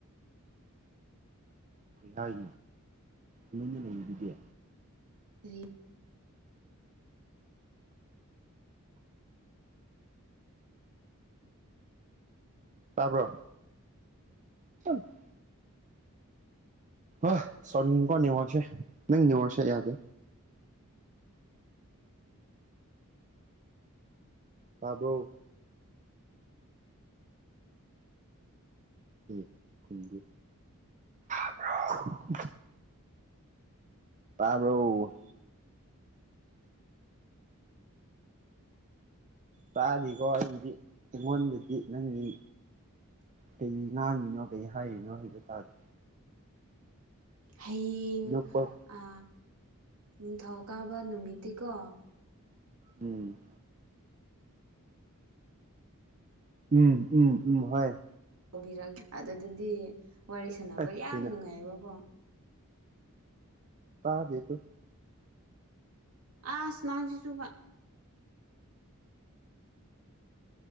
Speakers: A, on the right (about 35°); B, on the right (about 80°).
A: ꯍꯥꯏ ꯇꯨꯃꯤꯟꯅ ꯂꯩꯗꯨꯗꯤ
B: ꯔꯤ
A: ꯇꯥꯕꯔꯣ <inaudible> ꯑ ꯁꯧꯅꯤꯡꯉꯤꯀꯣ ꯅꯦꯋꯥꯛꯁꯦ ꯅꯪ ꯅꯦꯋꯥꯛꯁꯦ ꯌꯥꯗꯦ ꯇꯥꯕ꯭ꯔꯣ ꯎ ꯈꯨꯨꯝꯕꯤꯌꯨ <unintelligible> ꯇꯥꯕꯔꯣ꯫ ꯇꯥꯗꯦꯀꯣ ꯑꯩꯒꯤꯗꯤ ꯑꯩꯉꯣꯟꯗꯗꯤ ꯅꯪꯒꯤ꯫ ꯀꯩ ꯉꯥꯡꯉꯤꯅꯣ ꯀꯩ ꯍꯥꯏꯔꯤꯅꯣ ꯍꯥꯏꯕ ꯇꯥꯗꯦ꯫
B: ꯍꯌꯦꯡ
A: ꯅꯣꯛꯄ
B: ꯑ ꯅꯤꯡꯊꯧꯀꯥꯕ ꯅꯨꯃꯤꯠꯇꯤꯀꯣ꯫
A: ꯎꯝ ꯎꯝ ꯎꯝ ꯎꯝ ꯍꯣꯏ
B: ꯇꯧꯕꯤꯔꯛꯒꯦ ꯑꯗꯨꯗꯗꯤ ꯋꯥꯔꯤ ꯁꯥꯟꯅꯕ
A: ꯑꯩ
B: ꯌꯥꯝ
A: ꯀꯩꯅꯣ
B: ꯅꯨꯡꯉꯥꯏꯕꯀꯣ
A: ꯇꯥꯗꯣꯇꯨ
B: ꯑꯁ ꯅꯪꯁꯤꯁꯨꯕ